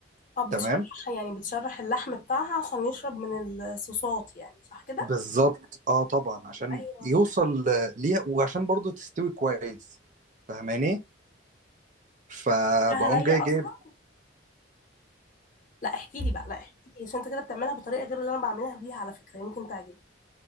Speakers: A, on the left (about 40°); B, on the right (about 40°).
A: اه بتشرح
B: تمام
A: يعني بتشرح اللحم بتاعها عشان يشرب من الصوصات يعني صح كده
B: بالظبط اه طبعا عشان
A: ايوه
B: يوصل آه، ليها وعشان برضو تستوي كويس فاهماني فبقوم
A: بتاعها نية
B: جاي جايب
A: اصلا لا احكي لي بقى لا احكي لي عشان انت كده بتعملها بطريقه غير اللي انا بعملها بيها على فكره يمكن تعجبك